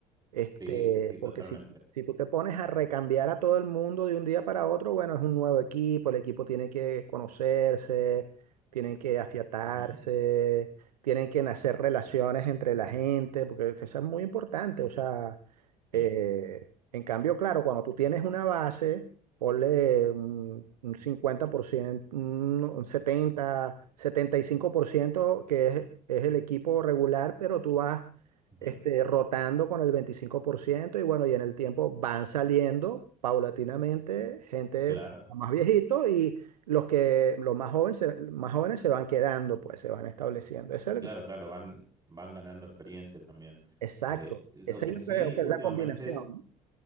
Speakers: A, on the right; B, on the right.
A: este,
B: sí, sí, sí, totalmente.
A: porque si, si tú te pones a recambiar a todo el mundo de un día para otro, bueno, es un nuevo equipo, el equipo tiene que conocerse, tienen que afiatarse,
B: Ujú.
A: tienen que nacer relaciones entre la gente, porque eso es muy importante. O sea,
B: Sí,
A: eh, en cambio, claro, cuando tú tienes una base, ponle un, un 50%, un, un setenta, setenta y cinco por ciento que es, es el equipo regular, pero tú vas
B: ujú,
A: este, rotando con el 25% y bueno, y en el tiempo van saliendo paulatinamente gente
B: Claro,
A: más viejito y los que los más jóvenes se, más jóvenes se van quedando, pues se van estableciendo. Es
B: y
A: el-
B: claro, claro, van, van ganando experiencia también.
A: exacto.
B: Eh, lo
A: Esa
B: que
A: yo
B: sí
A: creo que
B: últimamente,
A: es la combinación, ¿no?